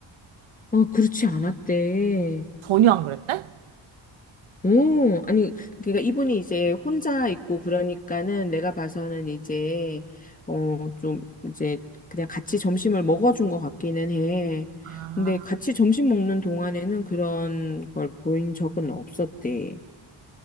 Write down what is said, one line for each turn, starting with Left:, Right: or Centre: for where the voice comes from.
Left: 어, 그렇지 않았대.
Right: 전혀 안 그랬대?
Left: 오, 아니, 그러니까 이분이 이제 혼자 있고 그러니까는 내가 봐서는 이제, 어, 좀 이제 그냥 같이 점심을 먹어준 것 같기는 해.
Right: 아.
Left: 근데 같이 점심 먹는 동안에는 그런 걸 보인 적은 없었대.